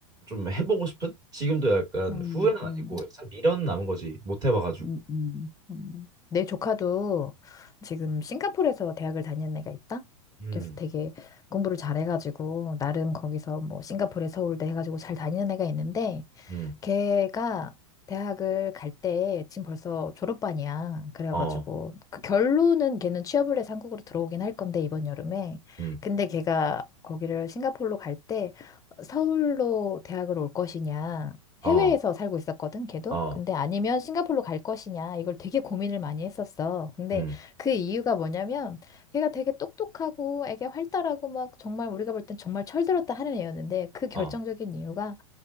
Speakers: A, on the right (about 20°); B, on the left (about 20°).
A: 좀 해보고 싶은? 지금도 약간
B: 음,
A: 후회는 아니고
B: 음,
A: 살짝 미련 남은 거지 못 해봐가지고
B: 음, 음, 음. 음. 내 조카도 지금 싱가포르에서 대학을 다니는 애가 있다?
A: 음,
B: 그래서 되게 공부를 잘해가지고, 나름 거기서 뭐 싱가포르에 서울대 해가지고 잘 다니는 애가 있는데,
A: 음,
B: 걔가 대학을 갈 때 지금 벌써 졸업반이야. 그래가지고
A: 어,
B: 그 결론은 걔는 취업을 해서 한국으로 들어오긴 할 건데 이번 여름에.
A: 음,
B: 근데 걔가 거기를 싱가포르로 갈 때 서울로 대학을 올 것이냐.
A: 어,
B: 해외에서 살고 있었거든, 걔도.
A: 어,
B: 근데 아니면 싱가포르로 갈 것이냐. 이걸 되게 고민을 많이 했었어. 근데
A: 음,
B: 그 이유가 뭐냐면 걔가 되게 똑똑하고 애게 활달하고 막 정말 우리가 볼 땐 정말 철들었다 하는 애였는데 그 결정적인
A: 어,
B: 이유가